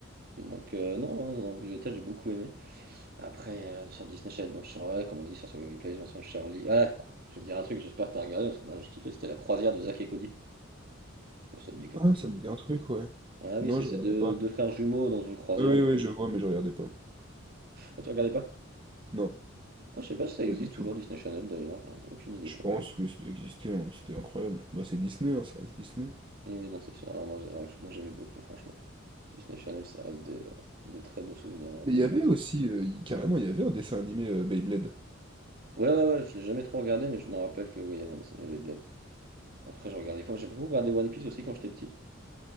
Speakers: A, on the right (about 50°); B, on the right (about 25°).
A: Donc heu, non, ouais, non, non, Violetta, j'ai beaucoup aimé. Après, heu, sur Disney Channel, bonne chan ouais, comme on a dit sur Survivor Replays, Vincent Charlie ah! Je vais te dire un truc, j'espère que t'as regardé parce que moi j'ai kiffé, c'était La Croisière de Zach et Cody. Je si ça te dit quelque
B: Ah,
A: chose?
B: ça me dit un truc, ouais.
A: Ah oui,
B: Non,
A: c'est
B: je
A: ces
B: regardais
A: 2-
B: pas.
A: 2 frères jumeaux dans une croisière
B: Ah oui,
A: du
B: oui,
A: coup.
B: je vois, mais je regardais pas.
A: Ah, tu regardais pas?
B: Non,
A: Moi, je sais pas si ça existe
B: pas du tout.
A: toujours Disney Channel d'ailleurs, j'en ai aucune idée
B: Je
A: pour
B: pense,
A: le coup.
B: oui, ça doit exister, hein, C'était incroyable. Bah, c'est Disney, hein, ça reste Disney.
A: Oui, non, c'est sûr. Ah, moi, j'ai- moi, j'aimais beaucoup, franchement. Disney Channel, ça reste des, euh, des très beaux souvenirs, on va
B: Mais
A: pas
B: il y
A: se
B: avait
A: mentir.
B: aussi, euh, il- carrément, il y avait un dessin animé euh, Beyblade.
A: Ouais, ouais, ouais, je l'ai jamais trop regardé, mais je me rappelle que oui, il y avait un dessin animé Beyblade. Après, je regardais quand j'ai beaucoup regardé One Piece aussi quand j'étais petit.